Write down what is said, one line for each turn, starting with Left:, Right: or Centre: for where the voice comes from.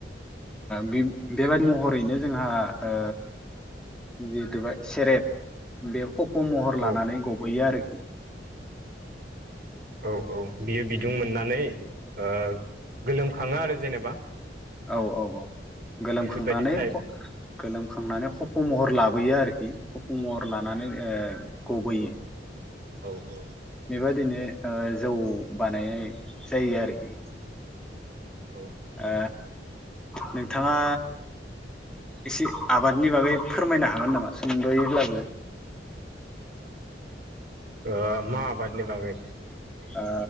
Centre: बि बेेबारि म <inaudible> हरैनो जोंहा ओ जिथु बा सेरेब बे खफ' खफ' महर
Right: औ
Centre: लानानै गबयो आरोखि
Right: औ औ बियो बिदुं मोननानै ओ गोलोमखाङो आरो जेनेबा
Centre: औ औ औ गोलोमखांनानै
Right: बेफोरबायदि टाइप
Centre: गोलोमखांनानै खफौ महर लाबोयो आरोखि खफौ महर लानानै ओ गबोयो।
Right: औ औ।
Centre: बेबादिनो ओ जौ बानायनाय जायो आरोखि।
Right: औ
Centre: ओ नोंथाङा। इसे आबादनि बागै फोरमायनो हागोन नामा सुंद'यैब्लाबो।
Right: ओ मा आबादनि बागै।
Centre: ओ